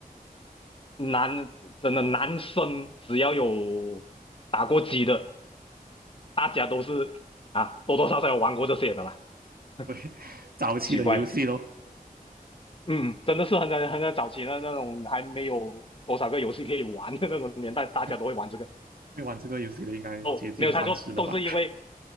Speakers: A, on the left (about 35°); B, on the right (about 75°).
A: 男真的男生只要有打过机的，大家都是啊多多少少有玩过这些的啦。<laughs>
B: 对，<laughs> 早期的游戏咯。
A: 奇怪，嗯，真的是很在很在早期的那种还没有多少个游戏可以玩的那种年代，大家都会玩这个。
B: 会会玩这个游戏的应该接近三十了吧？
A: 哦，没有猜错，都是因为